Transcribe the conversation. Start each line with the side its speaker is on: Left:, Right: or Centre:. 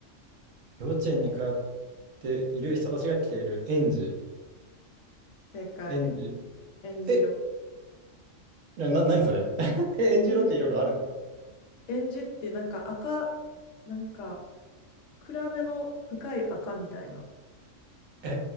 Right: 幼稚園に通っている人たちが着ている園児。
Left: 正解。
Right: 園児。
Left: えんじ色。
Right: え、な、な、何それ <laughs> え、園児色って色があるの
Left: えんじえんじってなんか赤、なんか暗めの深い赤みたいな。
Right: え